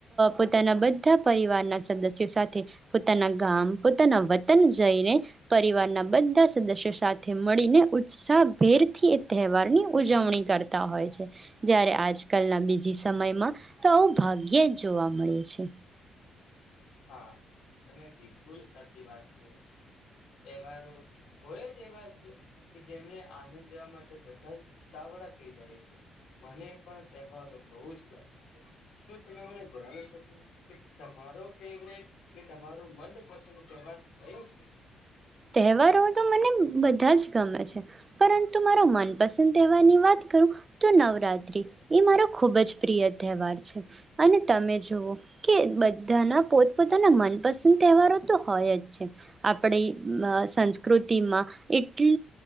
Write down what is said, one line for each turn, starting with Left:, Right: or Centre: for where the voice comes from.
Right: પોતાના બધા પરિવારના સદસ્યો સાથે પોતાના ગામ પોતાના વતન જઈને પરિવારના બધા સદસ્યો સાથે મળીને ઉત્સાહભેરથી એ તહેવારની ઉજવણી કરતા. તા હોય છે, જ્યારે આજકાલના બીજી સમયમાં તો આવું ભાગ્યે જ જોવા મળે છે.
Left: હા, તમે બિલકુલ સાચી વાત કરો છો, તહેવારો હોય જ એવા છે કે જેમણે આનંદ લેવા માટે બધા ઉતાવડા થઈ જાય છે, મને પણ તહેવારો બહુ જ ગમે છે, શું તમે મને જણાવી શકો કે તમારો ફેવરેટ કે તમારો મંદપસંદ તહેવાર કયો છે?
Right: તહેવારો તો મને બધા જ ગમે છે, પરંતુ મારો મનપસંદ તહેવારની વાત કરું તો નવરાત્રિ, એ મારો ખૂબ જ પ્રિય તહેવાર છે અને તમે જુઓ કે બધાના પોતપોતાના મનપસંદ તહેવારો તો હોય જ છે આપડે બ અ સંસ્કૃતિમાં એટલ